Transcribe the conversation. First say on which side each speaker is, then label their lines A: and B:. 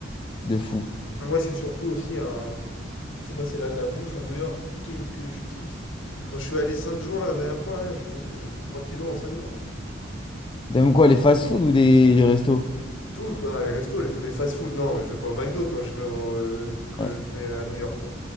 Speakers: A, on the left; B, on the left.
A: de fou.
B: Moi, c'est surtout aussi un. C'est moi, c'est la, la bouffe à New York. Qu'est-ce que je kiffe! Je- Quand je suis allé 5 jours là, la dernière fois, hein, je pense que j'ai pris 3 kilos en 5 jours.
A: T'aimes quoi, les fast-food ou les, les restos?
B: Tout, ah, les restos, les, les fast-food, non, je vais pas au McDo quand je vais, au- quand
A: Ouais.
B: je vais à New York. hein.